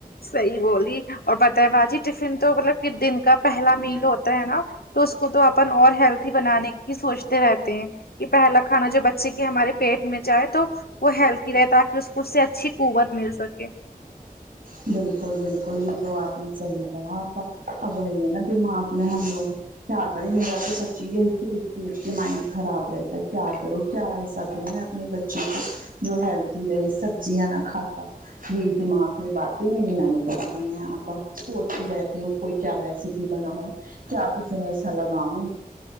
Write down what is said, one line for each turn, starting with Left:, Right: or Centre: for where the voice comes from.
Left: صحیح بولی اور بتائے باجی ٹفن تو مطلب کہ دن کا پہلا میل ہوتا ہے نا تو اس کو تو اپن اور ہیلتی بنانے کی سوچتے رہتے ہیں یہ پہلا کھانا جو بچے کی ہمارے پیٹ میں جائے تو وہ ہیلتی رہے تاکہ اس کو اس سے اچھی قوت مل سکے
Right: بالکل بالکل یہ تو آپ نے صحیح کہا آپا اب وہی ہے نا دماغ میں ہم لوگ کیا کرے میرا تو سچی یہی سوچ کے مائنڈ خراب رہتا ہے کیا کروں کیا ایسا دوں میں اپنے بچے کو جو ہیلتی رہے سبزیاں نہ کھاتا یہ ایک دماغ میں بات تو میری نانی کہتی ہیں آپ سوچتی رہتی ہوں کوئی کیا ریسیپی بناؤ کیا ٹفن ایسا لگاؤں